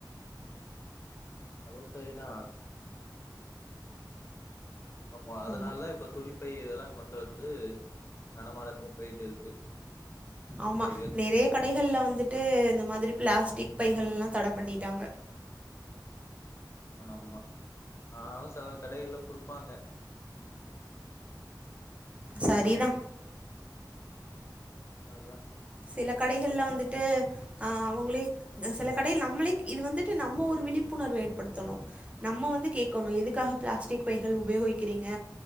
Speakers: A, on the left; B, on the right.
A: அதுவு சரிதா ஆம்மா அதனாலதா
B: ஆமா.
A: இப்ப துணிப்பை இதெல்லா கொண்டு வந்து நடமாட்டத்துல பெயிட்டு இருக்கு துணிப்பைகள்
B: ஆமா நீ கடைகல்ல வந்துட்டு இந்த மாதிரி பிளாஸ்டிக் பைகள்லா தட பண்ணிட்டாங்க
A: ஆமா ஆனாலு சில கடைகள்ல குடுப்பாங்க
B: சரிதா
A: அதா
B: சில கடைகள்ல வந்துட்டு ஆ அவங்களே சில கடையில நம்மளே இது வந்துட்டு நம்ம ஒரு விழிப்புணர்வ ஏற்படுத்தணு நம்ம வந்து கேக்கணு எதுக்காக பிளாஸ்டிக் பைகள் உபயோகிக்கிறிங்க